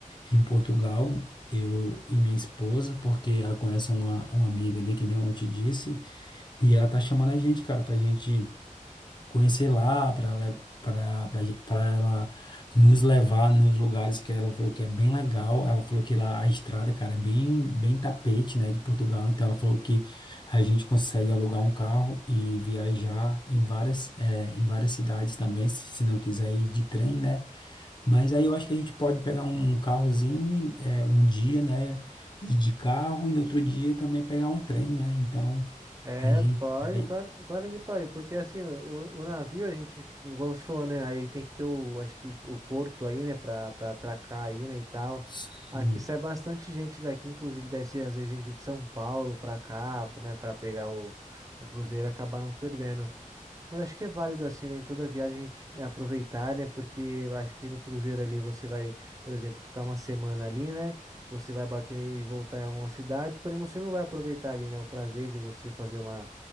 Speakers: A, on the left (about 35°); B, on the right (about 25°).
A: em Portugal, eu, eu e minha esposa, porque ela conhece uma, uma amiga ali, que nem eu te disse, e ela tá chamando a gente, cara, pra gente conhecer lá, para para para ela nos levar nos lugares que ela falou que é bem legal. Ela falou que lá a estrada, cara, é bem bem tapete, né, de Portugal. Então ela falou que a gente consegue alugar um carro e viajar em várias eh, em várias cidades também, se, se não quiser ir de trem, né? Mas aí eu acho que a gente pode pegar um carrozinho, eh, um dia, né, ir de carro e no outro dia também pegar um trem, né? Então
B: É,
A: a gente
B: pode,
A: vai
B: claro, claro que pode, porque assim, o, o navio a gente, igual você falou, né, aí tem que ter o, acho que o porto aí, né, pra, pra atracar aí, né, e tal.
A: sim.
B: Aqui sai bastante gente daqui, inclusive desce às vezes gente de São Paulo pra cá, né, pra pegar o, o cruzeiro e acabar não perdendo. Mas acho que é válido assim, né? Em toda viagem a gente é, aproveitar, né? Porque eu acho que no cruzeiro ali você vai, por exemplo, ficar uma semana ali, né? Você vai bater e voltar em alguma cidade, porém você não vai aproveitar ali, né? O prazer de você fazer uma,